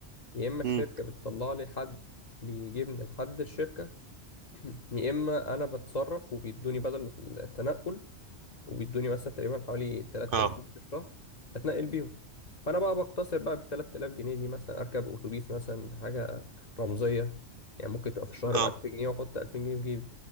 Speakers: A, on the left; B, on the right.
A: يا اما الشركه
B: امم
A: بتطلع لي حد بيجيبني لحد الشركه <clears throat> يا اما انا بتصرف وبيدوني بدل التنقل وبيدوني مثلا تقريبا حوالي 3000
B: اه
A: جنيه في الشهر اتنقل بيهم فانا بقى بقتصر بقى بال 3000 جنيه دي مثلا اركب اتوبيس مثلا بحاجه رمزيه يعني ممكن تبقى في الشهر
B: اه
A: ب 1000 جنيه واحط 2000 جنيه في جيبي